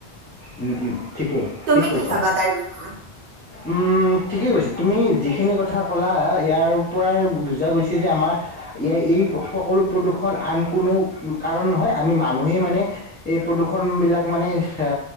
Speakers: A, on the left (about 15°); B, on the right (about 60°).
A: উম, উম। ঠিকেই,
B: তুমি
A: ঠিক কৈছা।
B: কি ভাবা তাৰ বিষয়ে
A: উম ঠিকেই কৈছা তুমি যিখিনি কথা ক'লা, ইয়াৰ পৰাই বুজা গৈছে যে আমাৰ এই সকলো প্ৰদূৰষণ আন কোনো কাৰণ নহয় আমি মানুহেই মানে এই প্ৰদূষণবিলাক মানে সা